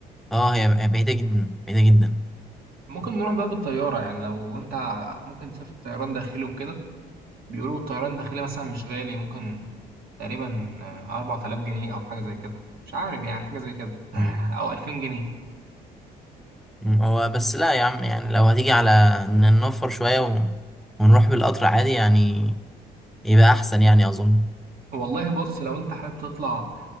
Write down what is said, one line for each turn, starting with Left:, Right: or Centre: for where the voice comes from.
Centre: اه هي بعيدة جدا بعيدة جدا
Right: ممكن نروح بقى بالطيارة يعني لو انت ممكن تسافر طيران داخلي وكده بيقولوا الطيران الداخلي مثلا مش غالي ممكن تقريبا أربعة آلاف جنيه أو حاجة زي كده مش عارف يعني حاجة زي كده <laughs>
Centre: مم.
Right: أو ألفين جنيه
Centre: مم. هو بس لا يا عم يعني لو هتيجي على ان نوفر شوية و... ونروح بالقطر عادي يعني يبقى احسن يعني اظن
Right: والله بص لو أنت حابب تطلع